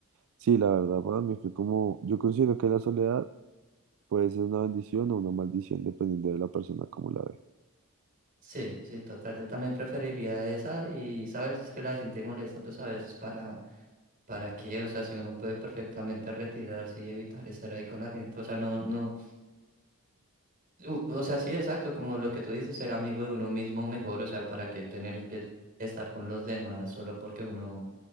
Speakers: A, on the right; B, on the right.
A: Sí, la verdad para mí fue como, yo considero que la soledad puede ser una bendición o una maldición dependiendo de la persona como la ve,
B: Sí, sí, total. Yo también preferiría esa y, ¿sabes? Es que la gente molesta, pues a veces para ¿Para qué? O sea, si uno puede perfectamente retirarse y evitar estar ahí con la gente, o sea, no, no, u- o sea, sí, exacto, como lo que tú dices, ser amigo de uno mismo mejor, o sea, ¿para qué tener que estar con los demás solo porque uno,